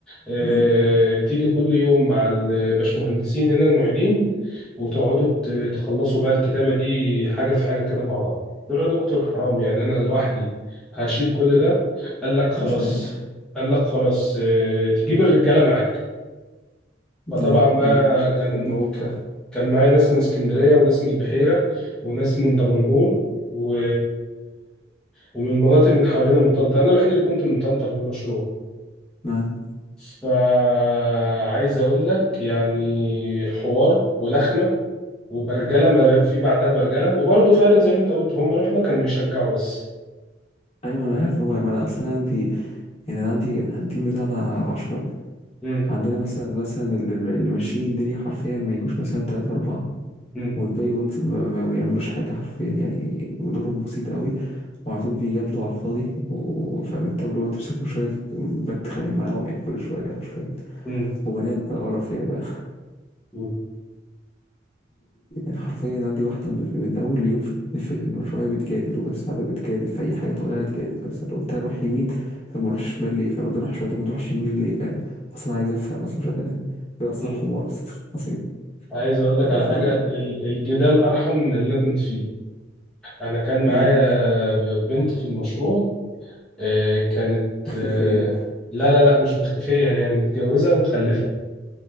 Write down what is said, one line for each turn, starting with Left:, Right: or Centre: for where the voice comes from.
Centre: اه
Left: آه،
Centre: تيجي كل يوم مع الباشمهندسين هنا المعيدين وتقعدوا ت- تخلصوا بقى الكتابه دي حاجه في حاجه كده مع بعض قلت له يا دكتور حرام يعني انا لوحدي هشيل كل ده قال لك خلاص
Left: مش عارف
Centre: قال لك خلاص اه تجيب الرجاله معاك فطبعا
Left: آه،
Centre: بقى
Left: بيجوا مش يشجعوك
Centre: كان ك-
Left: ف
Centre: كان معايا ناس من اسكندرية وناس من البحيرة وناس من دمنهور و... ومن مناطق من حوالينا من طنطا أنا الوحيد اللي كنت من طنطا في المشروع
Left: ما
Centre: فعايز أقول لك يعني حوار ولخمة وبرجلة ما في بعدها برجلة وبرضه فعلا زي ما أنت قلت هم رحنا كانوا بيشجعوا بس
Left: ايوه انا عارف ما ما انا اصلا عندي يعني انا عندي أنا التيم بتاعنا 10
Centre: مم.
Left: عندنا مثلا مثلا ال- ال- اللي ماشيين الدنيا حرفيا ما يجوش مثلا 3 4
Centre: مم.
Left: والباقي وات- ما ما بيعملوش حاجه حرفيا يعني ودورهم بسيط قوي وعلى طول بيجادلوا على الفاضي و- فاهم انت اللي هو تمسكهم شويه تت- بتخانق معاهم يعني كل شويه حرفيا
Centre: مم.
Left: وبنات بقى قرف يعني بقى
Centre: مم.
Left: حرفيا عندي واحدة من من أول يوم في في المشروع هي بتجادل وبس قاعدة بتجادل في أي حاجة تقولها تجادل بس لو قلت لها روح يمين طب ما نروحش شمال ليه فاهم لو قلت لها روح شمال طب ما نروحش يمين ليه فاهم أصلا عايز أفهم أصلا مش هي أصلا
Centre: مم.
Left: حمار أصلا أصيل
Centre: عايز أقول لك
Left: عارف
Centre: على حاجة
Left: ال
Centre: ال- الجدال أرحم من اللي أنا كنت فيه انا كان معايا
Left: مم.
Centre: بنت في المشروع آه، كانت
Left: اختفية
Centre: آه، لا لا لا مش مختفية هي متجوزة ومخلفة